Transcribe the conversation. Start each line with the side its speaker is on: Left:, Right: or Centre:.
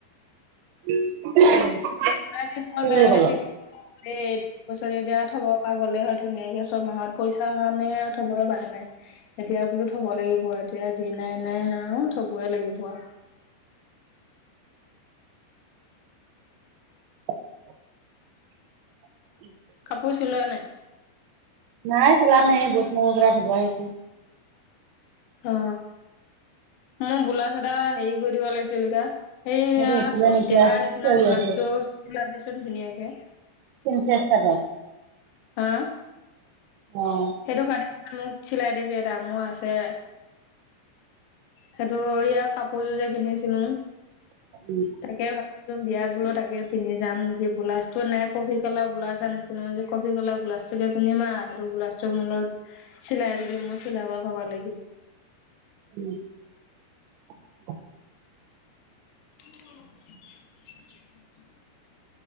Right: <unintelligible>
Left: <unintelligible>
Right: কি বুলি
Left: এতিয়া
Right: ক'লে
Left: তিনি <unintelligible> বছৰি দিয়া থব পৰা গলে হয় ধুনীয়াকে ছয়মাহত পইচাৰ কাৰণে থবই পৰা নাই এতিয়া বোলো থব লাগিব এতিয়া যি নাই নাই আৰু থবই লাগিব আউ
Right: <unintelligible> <unintelligible>
Left: কাপোৰ চিলোৱা নাই
Right: নাই চিলামে সেই বুট মগুকেইটা ধুবহে আহিছো
Left: আ মোৰ বোলাউজ এটা হেৰি কৰি দিব লাগিছিল কা সেইয়া
Right: সেইটো উঠিলে নেকি
Left: দেহাৰ
Right: আৰু
Left: নিচিনা
Right: চিঞৰি
Left: বোলাউজটো
Right: আছে
Left: চিলাবিচোন ধুনীয়াকে
Right: প্ৰিঞ্চেছ কাটৰ
Left: আ
Right: অ
Left: সেইটো খালি মোক চিলাই দিবি এটা মো আছে সেইটো এয়া কাপোৰযোৰ যে কিনিছিলো
Right: উম
Left: তাকে ভাবিচোন বিয়াত বোলো তাকে পিন্ধি যাম নেকি ব্লাউজটো নাই কফি কালাৰ ব্লাজ আনিছিলোং যে কফি কলা ব্লাউজটোকে পিন্ধি আ সেইটো ব্লাউজ মো চিলাই যদি মো চিলাব কবা লাগিব
Right: উম <unintelligible>
Left: <unintelligible>